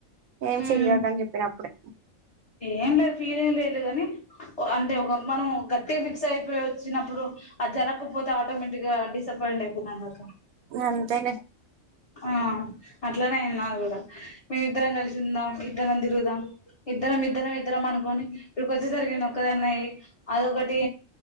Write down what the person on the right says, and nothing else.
ఏం
ఫీల్ కాకని చెప్పిన అప్పుడే
అంతేలే